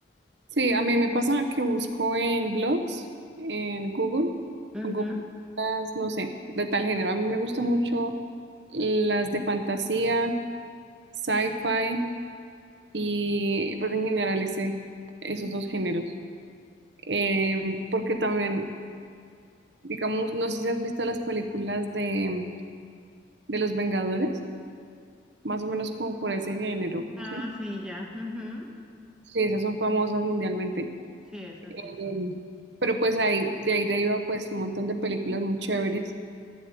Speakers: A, on the right (about 75°); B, in the centre.
A: Sí, a mí me pasa que busco en blogs, en Google,
B: Ujú.
A: pongo podcast, no sé, de tal género. A mí me gustan mucho las de fantasía, sci-fi y pues en general ese, esos dos géneros. Em, porque también, digamos, no sé si has visto las películas de, de Los Vengadores, más o menos como por ese género,
B: Ah,
A: ¿sí?
B: sí, ya. ujú.
A: Sí, esas son famosas mundialmente.
B: Sí, esas sí son.
A: Em, pero pues ahí, de ahí deriva pues un montón de películas muy chéveres